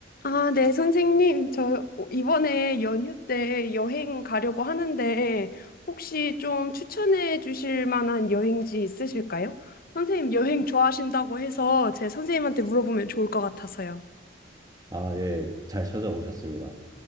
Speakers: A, on the left; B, on the right.
A: 아, 네, 선생님. 저 이번에 연휴 때 여행 가려고 하는데 혹시 좀 추천해 주실 만한 여행지 있으실까요? 선생님 여행 좋아하신다고 해서 제 선생님한테 물어보면 좋을 것 같아서요.
B: 아, 예, 잘 찾아오셨습니다.